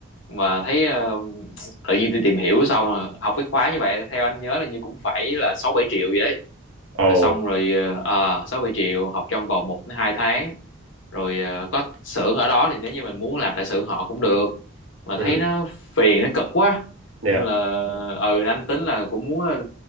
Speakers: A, on the left; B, on the right.
A: mà thấy à, tự nhiên đi tìm hiểu xong à, học cái khóa như vậy theo anh nhớ là như cũng phải là sáu bảy triệu gì đấy
B: ồ
A: rồi xong rồi ờ, sáu bảy triệu học trong vòng một đến hai tháng rồi ờ, có xưởng ở đó thì nếu như mình muốn làm tại xưởng họ cũng được mà thấy
B: ừ
A: nó phiền nó cực quá
B: yeah
A: nên là ừ anh tính là cũng muốn ờ,